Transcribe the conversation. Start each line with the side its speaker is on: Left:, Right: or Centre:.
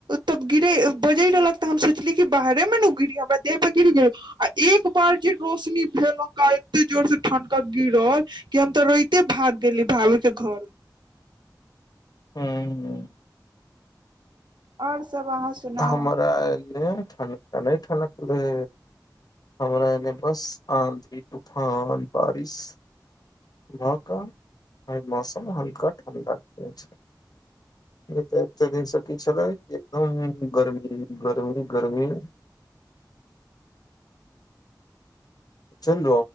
Right: तब गिरे बजे रहलक ते हम सोचली क बाहरे मे ने गिरी हमरा देह पे गिर गेल आ एक बार जे रोशनी भेलका एते जोर से ठनक गिरल कि हम तऽ रोते भाग गेली भभू के घर
Left: हुँ
Right: आओर सभ अहाँ सुनाउ
Left: हमरा एने ठानक नहि ठानकलय हमरा एने बस आधी तूफान बारिस भ क आ मौसम हल्का ठण्डाक छै नहि तऽ एक दिनसँ की छलै एकदम गर्मी गर्मी गर्मी चल